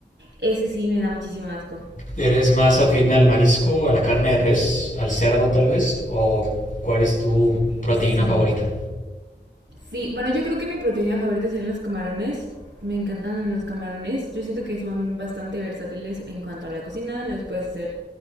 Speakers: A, on the right; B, on the left.
A: ese sí me da muchísimo asco.
B: ¿Eres más afín al marisco, a la carne de res, al cerdo tal vez? ¿O cuál es tu proteína
A: Sí.
B: favorita?
A: Sí, bueno, yo creo que mi proteína favorita serían los camarones. Me encantan los camarones. Yo siento que son bastante versátiles en cuanto a la cocina. Los puedes hacer